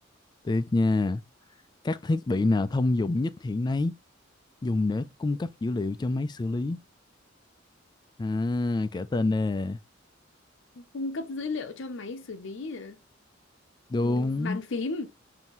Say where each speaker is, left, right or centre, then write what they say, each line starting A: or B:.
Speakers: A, on the left; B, on the left.
A: tiếp nha các thiết bị nào thông dụng nhất hiện nay dùng để cung cấp dữ liệu cho máy xử lý à kể tên nè
B: cung cấp dữ liệu cho máy xử lý hả?
A: đúng
B: Ừm, bàn phím